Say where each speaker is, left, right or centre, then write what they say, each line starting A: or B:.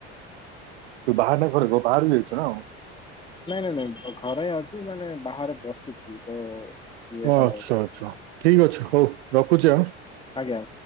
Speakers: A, on the right; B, on the left.
A: ତୁ ବାହାର ନା ଘରେ ବ ବାହାରାରୁ ବି ଯାଇଛ ନା ଆଉ
B: ନାଇଁ ନାଇଁ ନାଇଁ ଘ -ଘରେ ହିଁ ଅଛି ମାନେ ବାହାରେ ବସିଛି ତ ଇଏଟା
A: ଆଚ୍ଛା
B: ହଉଛି।
A: ଆଚ୍ଛା ଠିକ ଅଛି ହଉ ରଖୁଛି ଆ
B: ଆଜ୍ଞା